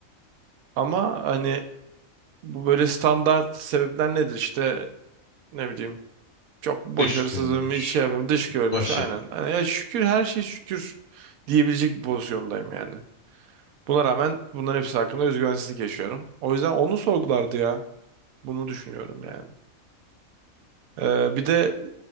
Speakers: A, on the right; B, on the left.
A: Ama hani bu böyle standart sebepler nedir işte ne bileyim Çok başarısızım
B: Dış görünmüş
A: hiç şey yapayım. Dış görünüş
B: Başarı.
A: aynen. Hani ya şükür her şey şükür diyebilecek bir pozisyondayım yani. Buna rağmen bunların hepsi hakkında özgüvensizlik yaşıyorum. O yüzden onu sorgulardı ya. Bunu düşünüyorum yani. Ee, bir de